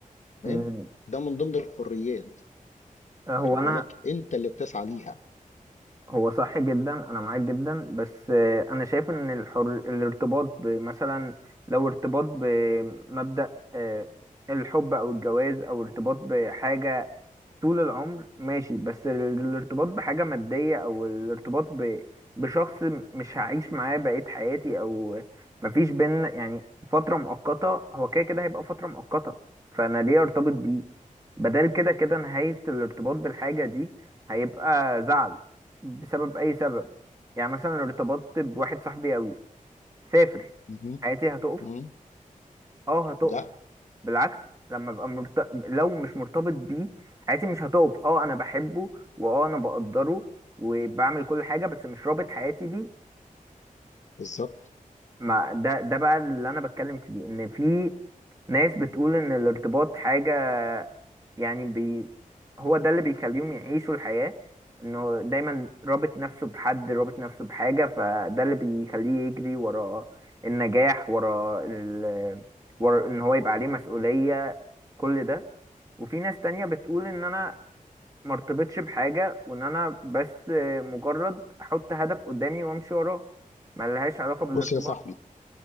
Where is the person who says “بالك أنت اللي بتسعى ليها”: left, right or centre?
Left